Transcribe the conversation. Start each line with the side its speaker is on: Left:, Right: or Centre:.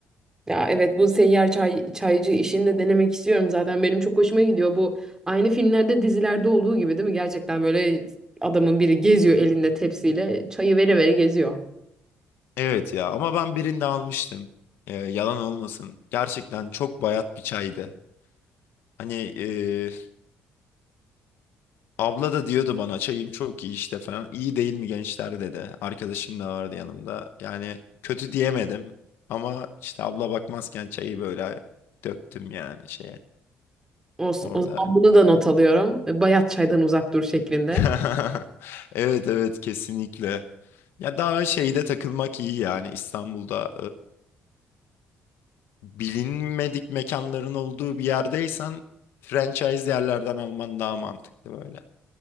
Right: Ya evet bu seyyar çay, çaycı işini de denemek istiyorum zaten. Benim çok hoşuma gidiyor bu. Aynı filmlerde dizilerde olduğu gibi değil mi? Gerçekten böyle adamın biri geziyor elinde tepsiyle çayı vere vere geziyor.
Left: Evet ya ama ben birinde almıştım. Ee, yalan olmasın. Gerçekten çok bayat bir çaydı. Hani e, abla da diyordu bana çayım çok iyi işte falan. İyi değil mi gençler dedi. Arkadaşım da vardı yanımda. Yani kötü diyemedim. Ama işte abla bakmazken çayı böyle döktüm yani şeye
Right: Olsun.
Left: orada.
Right: O zaman bunu da not alıyorum. E, Bayat çaydan uzak dur şeklinde.
Left: <laughs> Evet evet kesinlikle. Ya daha şeyde takılmak iyi yani İstanbul'da bilinmedik mekanların olduğu bir yerdeysen franchise yerlerden alman daha mantıklı böyle